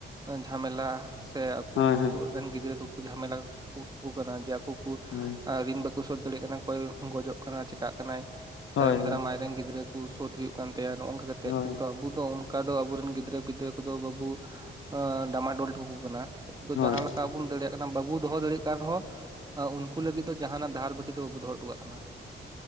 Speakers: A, on the right (about 20°); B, on the left (about 75°).
A: ᱡᱷᱟᱢᱮᱞᱟ ᱥᱮᱼᱼ
B: ᱦᱳᱭ ᱦᱳᱭ
A: ᱨᱮᱱ ᱜᱤᱫᱽᱨᱟᱹ ᱠᱚ ᱠᱚ ᱡᱷᱟᱢᱮᱞᱟ ᱠᱟᱠᱚ ᱠᱟᱱᱟ ᱡᱮ ᱟᱠᱚ ᱠᱚ
B: ᱦᱳᱭ
A: ᱨᱤᱱ ᱵᱟᱠᱚ ᱥᱳᱫᱷ ᱫᱟᱲᱮᱭᱟᱜ ᱠᱟᱱᱟ᱾ ᱚᱠᱚᱭ ᱜᱚᱡᱚᱜ ᱠᱟᱱᱟ ᱪᱮᱠᱟᱜ ᱠᱟᱱᱟᱭ
B: ᱦᱳᱭ
A: ᱛᱟᱭᱚᱢ ᱫᱟᱨᱟᱢ ᱟᱡᱨᱮᱱ ᱜᱤᱫᱽᱨᱟᱹ ᱠᱚ ᱥᱳᱫᱷ ᱦᱩᱭᱩᱜ ᱠᱟᱱ ᱛᱟᱭᱟ ᱱᱚᱜᱝ ᱠᱟ᱾ ᱛᱮᱜ
B: ᱦᱳᱭ
A: ᱠᱤᱱᱛᱩ ᱟᱵᱚ ᱫᱚ ᱚᱱᱠᱟ ᱫᱚ ᱟᱵᱚᱨᱮᱱ ᱜᱤᱫᱽᱨᱟᱹ ᱯᱤᱫᱽᱨᱟᱹ ᱠᱚᱫᱚ ᱵᱟᱵᱚ ᱰᱟᱢᱟ ᱰᱚᱞ ᱦᱚᱴᱚᱠᱚ ᱠᱟᱱᱟ᱾
B: ᱦᱳᱭ
A: ᱡᱟᱦᱟᱸ ᱞᱮᱠᱟ ᱵᱩᱱ᱾ ᱫᱟᱲᱮᱭᱟᱜ ᱠᱟᱱᱟ ᱵᱟᱵᱚ ᱫᱚᱦᱚ ᱫᱟᱲᱮᱭᱟᱜ ᱠᱟᱱ ᱨᱮᱦᱚᱸ ᱩᱱᱠᱩ ᱞᱟᱹᱜᱤᱫ ᱫᱚ ᱡᱟᱦᱱᱟᱜ ᱫᱷᱟᱨ ᱵᱟᱹᱠᱤ ᱫᱚ ᱵᱟᱵᱚ ᱫᱚᱦᱚ ᱴᱚ ᱠᱟᱜ ᱠᱟᱱᱟ᱾